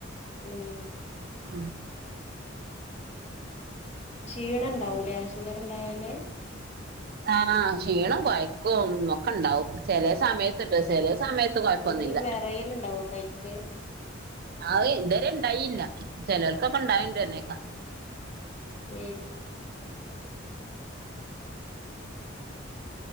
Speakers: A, on the left; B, on the right.
A: ഉം
B: ഉം
A: ക്ഷീണം ഉണ്ടാവൂലേ ഷുഗറിണ്ടായാല്
B: ആഹ് ക്ഷീണം കൊയക്കൊന്ന് ഒക്കെ ഇണ്ടാവും ചെല സമയത്ത്ട്ടോ ചെല സമയത്ത് കൊഴപ്പൊന്നുല്ല
A: നീ വിറയല് ഇണ്ടാവോ കൈക്ക്
B: ആ ഇതുവരെ ഉണ്ടായില്ല ചിലർക്കൊക്കെ ഇണ്ടായിണ്ട് പർഞ്ഞേക്കാ
A: ഉം